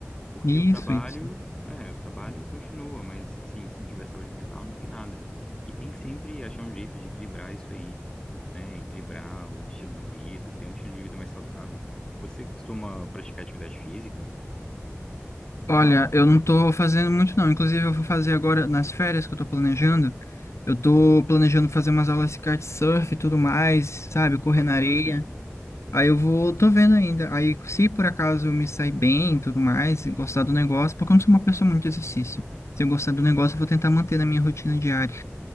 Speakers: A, on the left; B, on the left.
A: Porque
B: Isso,
A: o trabalho,
B: isso.
A: é, o trabalho continua, mas assim, se não tiver saúde mental, não tem nada. E tem que sempre achar um jeito de equilibrar isso aí, né? Equilibrar o estilo de vida, ter um estilo de vida mais saudável. Você costuma praticar atividade física?
B: Olha, eu não tô fazendo muito não. Inclusive, eu vou fazer agora nas férias que eu tô planejando. Eu tô planejando fazer umas aulas de kitesurf e tudo mais, sabe? Correr
A: Bacana.
B: na areia. Aí eu vou, tô vendo ainda. Aí, se por acaso eu me sair bem e tudo mais, e gostar do negócio, porque eu não sou uma pessoa muito de exercício. Se eu gostar do negócio, eu vou tentar manter na minha rotina diária.